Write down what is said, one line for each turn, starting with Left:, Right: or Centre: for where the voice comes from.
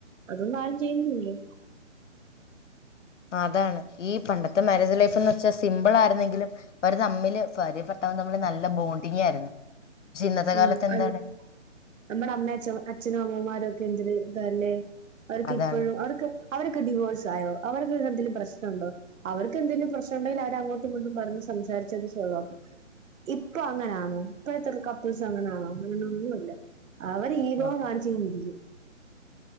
Right: അതൊന്നും ആരും ചെയ്യുന്നില്ലേലോ?
Left: അതാണ്, ഈ പണ്ടത്തെ മാരേജ് ലൈഫ് എന്നെച്ചാൽ സിംമ്പിൾ ആയിരുന്നെങ്കിലും, അവര് തമ്മില് ഫാര്യഭർതാവ് തമ്മില് നല്ല ബോണ്ടിങ് ആയിരുന്നു, പക്ഷെ ഇന്നത്തെ
Right: ഉം
Left: കാലത്ത് എന്താണ്
Right: അൽ നമ്മടെ അമ്മ അച്ഛനും അമ്മമാരും ഒക്കെ എന്തൊര് ഇതാല്ലേ അവർക്ക്
Left: അതാണ്
Right: ഇപ്പഴും അവരൊക്കെ അവരൊക്കെ ക ഡിവോഴ്സ് ആയോ അവർക്കൊക്കെ എന്തലും പ്രശ്നണ്ടോ അവർക്ക് എന്തെങ്കിലും പ്രശ്നം ഉണ്ടെങ്കിൽ അവര് അങ്ങോട്ടും ഇങ്ങോട്ടും പറഞ്ഞ് സംസാരിച്ച് അത് സോൾവാക്കും ഇപ്പൊ അങ്ങനെയാണോ ഇപ്പോഴത്തെള്ള കപ്പിൾസ് അങ്ങനെയാണോ അങ്ങനെയൊന്നുല്ല അവര് ഈഗോ
Left: ആ
Right: കാണി ച് കൊണ്ടിരിക്കും